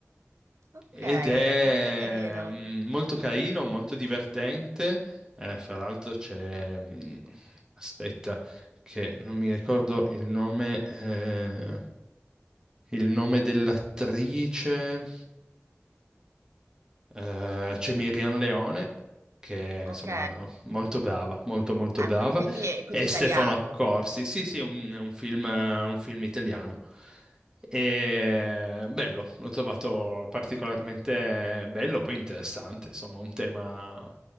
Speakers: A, on the right; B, on the right.
A: Ok,
B: Ed è
A: molto carino.
B: mm, molto carino, molto divertente. Eh, fra l'altro c'è... mm, Aspetta, che non mi ricordo il nome, eh, il nome dell'attrice. Eh, c'è Miriam Leone, che è
A: Ok.
B: insomma molto brava, molto molto
A: Ah,
B: brava,
A: que- quindi, quindi
B: e
A: italiano.
B: Stefano Accorsi. Sì, sì, un, un film, un film italiano. E bello, l'ho trovato particolarmente bello, poi interessante, insomma, un tema,